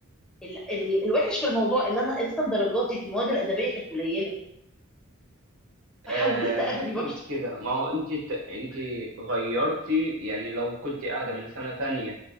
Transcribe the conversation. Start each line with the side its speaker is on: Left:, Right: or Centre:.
Centre: ال... ال... الوحش في الموضوع ان انا اساسا درجاتي في المواد الادبيه كانت قليله فحولت
Right: آه
Centre: ادبي
Right: مش فكره
Centre: برضه
Right: كده ما هو انت انت غيرتي يعني لو كنت قاعده من سنه تانية